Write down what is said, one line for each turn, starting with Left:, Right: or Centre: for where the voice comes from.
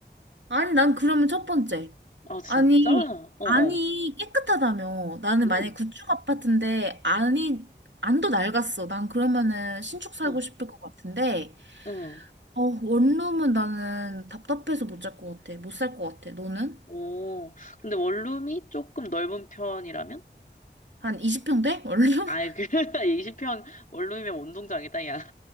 Right: 아니, 난 그러면 첫 번째.
Left: 아 진짜?
Right: 아니,
Left: 어어.
Right: 안이 깨끗하다며. 나는
Left: 응
Right: 만약에 구축 아파트인데 안이 안도 낡았어. 난 그러면은 신축 살고
Left: 응.
Right: 싶을 것 같은데
Left: 응.
Right: 어, 원룸은 나는 답답해서 못 살 것 같아. 못 살 것 같아. 너는?
Left: 오. 근데 원룸이 조금 넓은 편이라면?
Right: 한 20평 돼? 원룸?
Left: 아이
Right: <laughs>
Left: 그 <laughs> 20평 원룸이면 운동장이다 야.